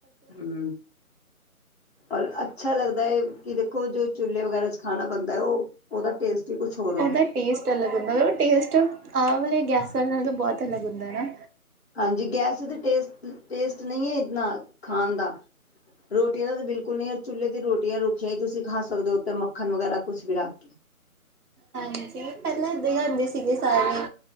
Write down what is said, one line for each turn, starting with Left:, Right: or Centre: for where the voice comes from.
Left: ਹੂੰ। ਅਲ ਅੱਛਾ ਲੱਗਦਾ ਏ ਕਿ ਦੇਖੋ ਜੋ ਚੁੱਲ੍ਹੇ ਵਗੈਰਾ ਚ ਖਾਣਾ ਬਣਦੈ, ਓ ਓਦਾ ਟੇਸਟ ਹੀ ਕੁਛ ਹੋਰ ਹੁੰਦਾ
Right: ਓਦਾ ਟੇਸਟ ਅਲੱਗ ਹੁੰਦਾ। ਓਹ ਟੇਸਟ ਆ ਵਾਲੇ ਗੈਸਾਂ ਨਾਲੋਂ ਤੇ ਬੋਤ ਅਲੱਗ ਹੁੰਦਾ ਹਨਾਂ।
Left: ਹਾਂਜੀ, ਗੈਸ ਤੇ 'ਤੇ ਟੇਸਟ-ਟੇਸਟ ਨਈਂ ਐ ਇਤਨਾ ਖਾਨ ਦਾ। ਰੋਟੀਆਂ ਦਾ ਤਾਂ ਬਿਲਕੁਲ ਨਈ। ਚੁੱਲ੍ਹੇ ਦੀ ਰੋਟੀਆਂ ਰੁੱਖੀਆਂ ਹੀ ਤੁਸੀਂ ਖਾ ਸਕਦੇ ਹੋ ਉੱਥੇ ਮੱਖਣ ਵਗੈਰਾ ਕੁੱਝ ਵੀ ਰੱਖ ਕੇ
Right: ਹਾਂਜੀ ਪਹਿਲਾਂ ਏਦਾਂ ਹੀ ਆਦੇ ਸੀਗੇ ਸਾਰੇ,